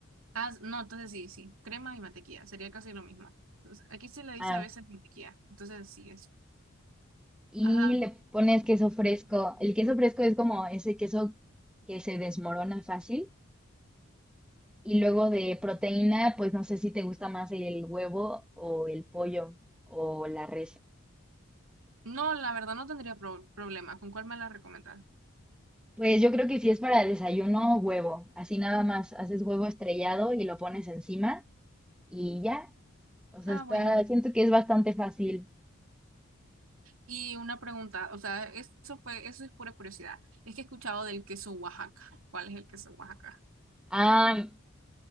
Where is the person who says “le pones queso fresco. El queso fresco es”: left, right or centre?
Centre